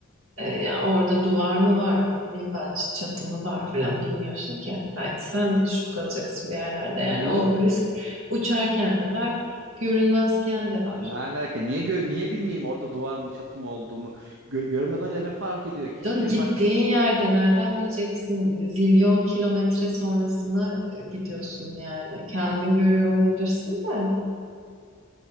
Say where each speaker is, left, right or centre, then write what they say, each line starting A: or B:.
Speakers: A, on the right; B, on the right.
A: E, yani orada duvar mı var ne bileyim ben işte çatı mı var falan bilmiyorsun ki. Belki sen de düşüp kalacaksın bir yerlerde yani
B: Niye
A: o risk uçarken de var görünmezken
B: ya
A: de var.
B: ne alaka? Niye gör niye bilmeyeyim orada duvar mı çatı mı olduğunu. Gör görmeden önce ne fark ediyor ki? Hiçbir
A: Canım
B: şey
A: gittiğin
B: fark
A: yerde nereden bileceksin zilyon kilometre sonrasına e, gidiyorsun yani. Kendin görüyor olabilirsin de.